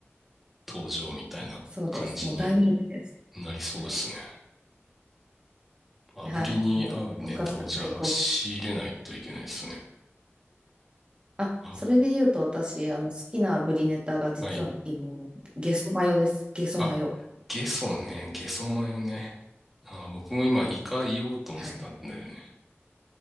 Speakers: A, in the centre; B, on the right.
A: 登場みたいな感じに
B: そうです。もう大人気です。
A: なりそうですね。
B: はい、
A: 炙りに合うネタをじゃあ仕入れないといけないですね。
B: はい、もうご家族大好評。あ、
A: あ、
B: それで言うと私、あの好きなブリネタが実はあのゲソマヨです。
A: はい。
B: ゲソマヨ。
A: あ、ゲソね。ゲソマヨね。あ、僕も今イカ言おうと思ってたんだよね
B: はい。